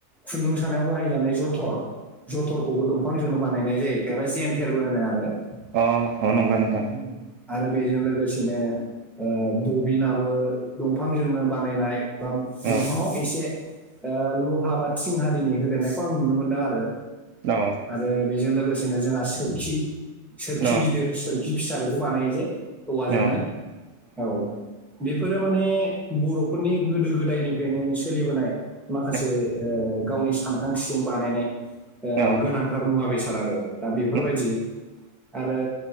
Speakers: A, in the centre; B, on the right.
A: खुन्दुं सानायाव बाहायजानाय जथर जथरखौबो दंफां जो बानायनाय जायो खायबा जेन्थेरबो होनो आरो
B: अ
A: ओ
B: नंगौ नोंथां
A: आरो बेजों लोगोसेनो बबिनाबो दंफांजोंनो बानायनाय बा दंफाङाव
B: औ
A: एसे ओ लहा बा थिं आरिनि होदेरनायखौ आं नुनो मोनदों आरो
B: औ
A: आरो बेजों लोगोसे जोंहा सोरखि सोरखि
B: औ
A: गिदिर सोरखि फिसा बेखौ बानाय जे औवाजोंनो
B: ओ
A: औ बेफोरो माने बर'फोरनि गोदो गोदायनिफ्रायनो सोलिबोनाय माखासे
B: औ
A: ओ गावनि सानखांथिजों बानायनाय ओ
B: औ
A: गोनांथार मुवा बेसाद दा बेफोरबायदि
B: नंगौ
A: आरो